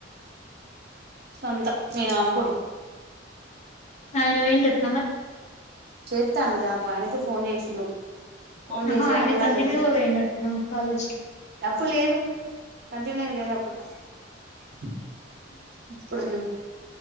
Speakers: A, on the right; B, on the left.
A: సొంత మేన మామ కొడుక్
B: ఆయన పోయిండు ట్
A: చేస్తా అన్నడు గా ఆయనకి ఫోన్ చేసి ఫోన్
B: ఆహా
A: చేసి
B: ఆయన
A: అన్నాడాన్ని
B: కంటిన్యూగా
A: అడుగు
B: పోయిండటనా కాలేజ్ కి
A: ఇప్పుడు లేదు కంటిన్యూ లేదు అప్పుడుప్పుడు